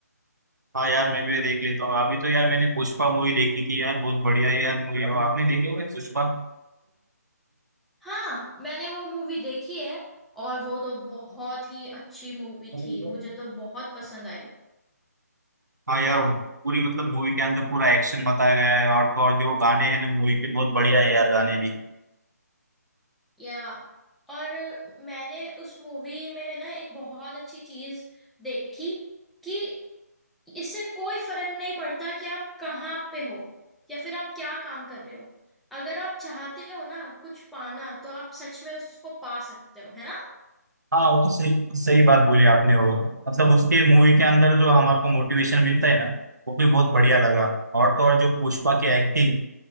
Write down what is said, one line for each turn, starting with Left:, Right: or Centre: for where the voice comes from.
Right: हाँ यार मैं भी देख लेता हूँ अभी तो यार मैंने पुष्पा मूवी देखी थी यार बहुत बढ़िया है यार मूवी और आपने देखी होगी पुष्पा
Centre: हाँ मैंने वो मूवी देखी है और वो तो बहुत ही अच्छी मूवी
Right: हाँ
Centre: थी मुझे तो बहुत पसंद आई
Right: यार पूरी मतलब मूवी के अंदर पूरा एक्शन बताया गया है और तो और जो गाने हैं ना मूवी के बहुत बढ़िया है यार गाने भी
Centre: या और मैंने उस मूवी में ना एक बहुत अच्छी चीज देखी कि इससे कोई फर्क नहीं पड़ता कि आप कहाँ पे हो या फिर आप क्या काम कर रहे हो अगर आप चाहते हो ना कुछ पाना तो आप सच में उसको पा सकते हो है ना
Right: हाँ वो तो सही सही बात बोली आपने वो मतलब उसके मूवी के अंदर जो हमारे को मोटिवेशन मिलता है ना वो भी बहुत बढ़िया लगा और तो और जो पुष्पा की एक्टिंग